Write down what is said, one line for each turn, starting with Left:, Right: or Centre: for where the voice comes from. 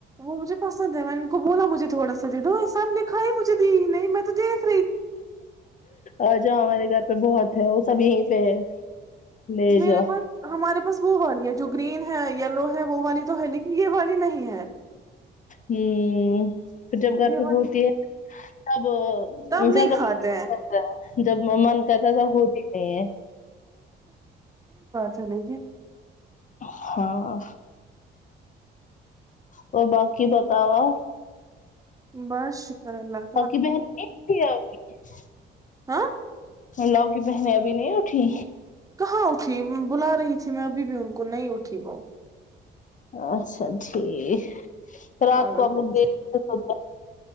Right: وہ مجھے پسند ہے میں نے ان کو بولا مجھے تھوڑا د دوو ایساحب نے کھائی مجھے دی نہیں میں تو دے
Left: آ جا ہمارے گھر بہت ہے وہ سب یہیں پہ ہے لے
Right: میرے
Left: جاؤ
Right: پاس ہمارےا بس وہوالی ہے ج گرین ہے یلو ہے وہ والی تو ہے لیکن یہ والی نہیں ہے
Left: ہوں پھر جب گھر
Right: یہ
Left: پہ
Right: والی
Left: ہوتی ہے تب
Right: تب
Left: ان
Right: نہیں
Left: سب
Right: کھاتے
Left: کا
Right: ہیں
Left: کرتا ہے جب من کرتا ہے تب ہوتی نہیں ہے
Right: چلے گیے
Left: ہاں اور باقی بتاؤ آ
Right: بس اللہ
Left: ا کی بہن ایک ت اچ
Right: ہ
Left: لاو کی بہنیں ابھی نہیں اٹھی
Right: ہ اٹھی بلا رہی تھی میں ابھی بھی ان کو نہیں اٹھی وہ
Left: اچھا ٹھیک رات
Right: پاگل
Left: کو آپ لوگ دیکھتے ان